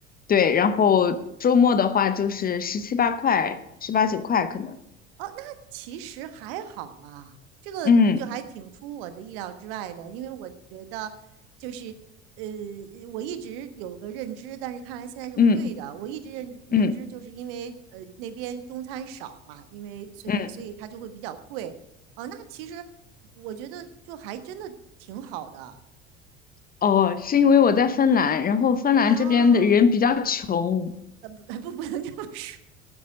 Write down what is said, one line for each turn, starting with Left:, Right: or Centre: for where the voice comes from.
Left: 对，然后周末的话就是十七八块、十八九块可能。
Right: 哦，那其实还好啊，这个就还挺出我的意料之外的，
Left: 嗯
Right: 因为我觉得就是呃，我一直有个认知，但是看来现在是不对的。
Left: 嗯
Right: 我一直认知认知就是因为呃那边中餐少嘛，
Left: 嗯
Right: 因为所以所以它就会比较贵。
Left: 嗯，
Right: 哦，那其实我觉得就还真的挺好的。
Left: 哦，是因为我在芬兰，然后芬兰这边的人比较穷，
Right: 哦，明白。呃，不不，不能这么说，